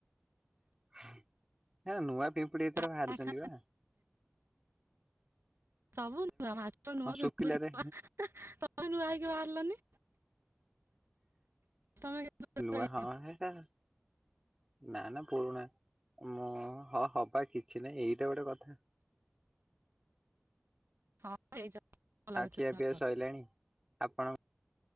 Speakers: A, on the right; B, on the right.
A: ହେରା ନୂଆ ପି ପୁଡ଼ି ଏଥର
B: ଆଉ
A: ଭାରି ଚନ୍ତି ପା।
B: ସବୁ ନୂ-ଆ ମା-ଛ ନୂ-ଆ
A: ଶୁଖିଲାରେ
B: ପିମ୍ପୁଡି ନୂ-ଆ ହେଁ ଏଁ ତ-ମେ ନୂଆ ହେଇକି ଭାର ଲନି। ତମେ କେମିତି
A: ନୁଆ ହଁ ହେ ଟା। ନା ନା ପୁରୁଣା। ମୋ ହ ହବା କିଛି ନାଇ଼ ଏଇଟା ଗୋଟେ କଥା।
B: ହଁ। <unintelligible> ଲାଗୁଛି
A: ଆ ଖିଆ
B: ନା
A: ପିଆ ସଇଲାଣି ଆପଣ